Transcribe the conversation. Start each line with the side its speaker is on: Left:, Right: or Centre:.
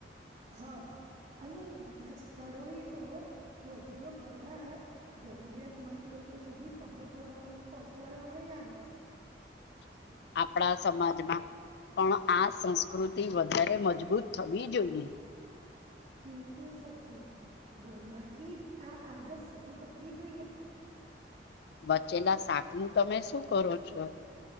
Right: હા અને કેટલાક સ્થળો એ તો વધેલો ખોરાક જરૂરિયાતમંદ લોકો સુધી પહોંચડ પહોંચાડવાય આવે છે.
Left: <inaudible> આપણા સમાજમાં પણ આ સંસ્કૃતિ વધારે મજબૂત થવી જોઈએ.
Right: બિલકુલ સાચી વાત. ઘરમાંથી જ આ આદત શરૂ કરવી જોઈએ આપણેે
Left: બચેલા શાક નું તમે શું કરો છો?